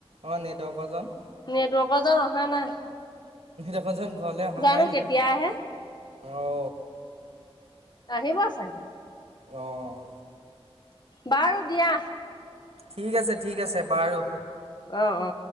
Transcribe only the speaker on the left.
নেটৱৰ্কৰ জন অহা নাই।
জানো
কেতিয়া আহে
আহিব চাগে।
বাৰু দিয়া।
অ অ